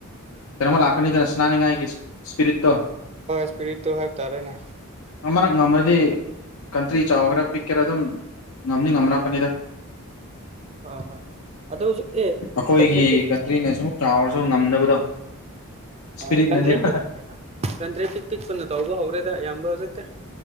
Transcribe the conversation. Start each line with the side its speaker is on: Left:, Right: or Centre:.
Left: ꯀꯩꯅꯣꯃ ꯂꯥꯛ ꯀꯅꯤꯗꯅ ꯁꯅꯥꯅꯤ ꯉꯥꯏꯒꯤ ꯏꯁꯄꯤꯔꯤꯠꯇꯣ
Right: ꯍꯣꯏ ꯏꯁꯄꯤꯔꯤꯠ ꯇꯨ ꯍꯥꯏꯕ ꯇꯥꯔꯦꯅꯦ
Left: ꯑꯃꯔꯛ ꯉꯝꯃꯗꯤ ꯀꯟꯇ꯭ꯔꯤ ꯆꯥꯎꯒꯦꯔꯥ ꯄꯤꯛꯀꯦꯔꯥ ꯑꯗꯨꯝ ꯉꯝꯅꯤ ꯉꯝꯔꯛ ꯀꯅꯤꯗ
Right: ꯍꯣꯏ ꯍꯣꯏ ꯑꯗꯨ ꯍꯧꯖꯤꯛꯇꯤ
Left: ꯑꯈꯣꯏꯒꯤ
Right: ꯀꯟꯇ꯭ꯔꯤ ꯄꯤꯛ ꯄꯤꯛ
Left: ꯀꯟꯇ꯭ꯔꯤꯅ ꯑꯁꯨꯃꯨꯛ ꯆꯥꯎꯔꯁꯨ ꯉꯝꯗꯕꯗꯣ ꯏꯁꯄꯤꯔꯤꯠꯅꯅꯦꯕ
Right: ꯍꯣꯏ ꯀꯟꯗ꯭ꯔꯤ ꯄꯤꯛ ꯀꯟꯗ꯭ꯔꯤ ꯄꯤꯛ ꯄꯤꯛꯄꯅ ꯇꯧꯕ ꯍꯧꯔꯦꯗ ꯑꯌꯥꯝꯕ ꯍꯧꯖꯤꯛꯇꯦ